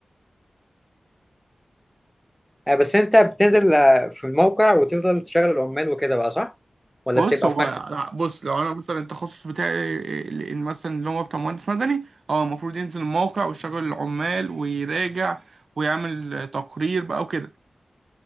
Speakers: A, in the centre; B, on the right (about 70°).
A: آه، بس انت بتنزل آه، في الموقع وتفضل تشغل العمال وكده بقى صح ولا
B: بص
A: بتبقى
B: هو
A: في مكتب
B: لا، بص لو انا مثلا التخصص بتاعي ال- ال- مثلا اللي هو بتاع مهندس مدني اه المفروض ينزل الموقع ويشغل العمال ويراجع ويعمل تقرير بقى وكده